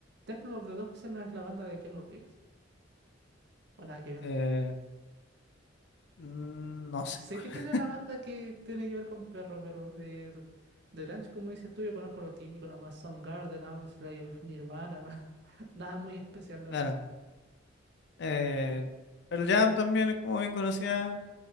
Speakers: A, on the right (about 60°); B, on the left (about 60°).
A: Temple of the Dogs no es la banda de Keanu Reeves, o nada que ver.
B: Eh, mm, no sé,
A: Sé
B: bueno,
A: que tiene una banda que tiene que ver con perros, pero de, de Grunge, como dices tú, yo conozco lo típico, nomás Soundgarden, Audioslave, Nirvana, <laughs> nada muy especial, la
B: claro.
A: verdad.
B: Eh, Pearl Jam también es como bien conocida